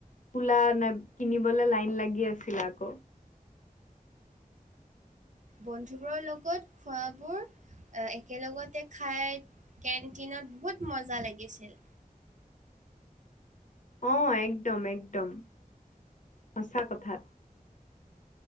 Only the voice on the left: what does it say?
কলা নে কিনিবলে লাইন লাগি আছিল আকৌ।
অঁ, একদম একদম, সঁচা কথা।